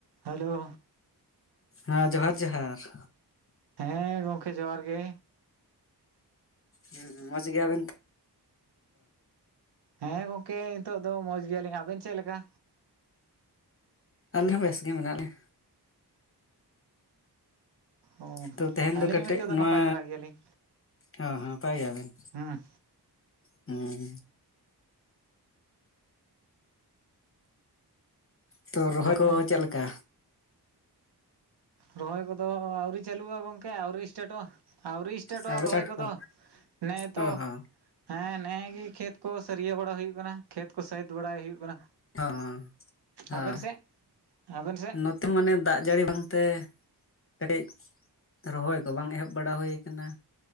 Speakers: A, on the right (about 70°); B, on the left (about 30°).
A: Hello
B: ᱦᱮᱸ ᱡᱚᱦᱟᱨ ᱡᱚᱦᱟᱨ
A: ᱦᱮᱸ ᱜᱚᱝᱠᱮ ᱡᱚᱦᱟᱨ ᱜᱮ
B: ᱦᱮᱸ ᱢᱚᱡᱽ ᱜᱮᱭᱟᱵᱮᱱ
A: ᱦᱮᱸ ᱜᱚᱝᱠᱮ ᱱᱤᱛᱚᱜ ᱫᱚ ᱢᱚᱡᱽ ᱜᱮᱭᱟᱞᱤᱧ ᱟᱵᱮᱱ ᱪᱮᱫ ᱞᱮᱠᱟ
B: ᱟᱞᱮ ᱦᱚᱸ ᱵᱮᱥ ᱜᱮ ᱢᱮᱱᱟᱜ ᱞᱮᱭᱟ <unintelligible>
A: ᱚ
B: ᱛᱚ ᱛᱮᱦᱮᱧ
A: ᱟᱹᱞᱤᱧ
B: ᱫᱚ ᱠᱟᱹᱴᱤᱡ
A: ᱦᱚᱸ ᱱᱤᱛᱚᱜ
B: ᱱᱚᱣᱟ
A: ᱱᱟᱯᱟᱭ ᱫᱷᱟᱨᱟ ᱜᱮᱭᱟᱞᱤᱧ
B: ᱚ ᱦᱚ ᱱᱟᱯᱟᱣ ᱜᱮᱭᱟ ᱵᱮᱱ
A: ᱦᱮᱸ
B: ᱦᱮᱸ ᱛᱚ ᱨᱚᱦᱚᱭ
A: ᱞᱟᱹᱭ
B: ᱠᱚ
A: ᱵᱮᱱ
B: ᱪᱮᱫ ᱞᱮᱠᱟ
A: ᱨᱚᱦᱚᱭ ᱠᱚᱫᱚ ᱟᱹᱣᱨᱤ ᱪᱟᱹᱞᱩᱜᱼᱟ ᱜᱚᱝᱠᱮ ᱟᱹᱣᱨᱤ ᱮᱥᱴᱟᱴᱚᱜᱼᱟ ᱟᱹᱣᱨᱤ ᱥᱴᱟᱨᱴᱚᱜᱼᱟ
B: ᱟᱹᱣᱨᱤ ᱥᱴᱟᱴ
A: ᱨᱚᱦᱚᱭ ᱠᱚᱫᱚ
B: ᱠᱚ
A: ᱱᱮᱼ
B: ᱚ
A: ᱛᱚ
B: ᱦᱚᱸ
A: ᱦᱮᱸ ᱱᱮᱜ ᱮ ᱜᱮ ᱠᱷᱮᱛ ᱠᱚ ᱥᱟᱹᱨᱭᱟᱹ ᱵᱟᱲᱟ ᱦᱩᱭᱩᱜ ᱠᱟᱱᱟ ᱠᱷᱮᱛ ᱠᱚ ᱥᱟᱹᱦᱤᱫ ᱵᱟᱲᱟᱭ ᱦᱩᱭᱩᱜ ᱠᱟᱱᱟ
B: ᱦᱚᱸ ᱦᱚᱸ
A: ᱟᱵᱮᱱ ᱥᱮᱫ ᱟᱵᱮᱱ ᱥᱮ
B: ᱱᱚᱛᱮ ᱢᱟᱱᱮ ᱫᱟᱜ ᱡᱟᱹᱲᱤ ᱵᱟᱝᱛᱮ ᱠᱟᱹᱴᱤᱡ ᱨᱚᱦᱚᱭ ᱠᱚ ᱵᱟᱝ ᱮᱦᱚᱵ ᱵᱟᱲᱟ ᱦᱩᱭ ᱠᱟᱱᱟ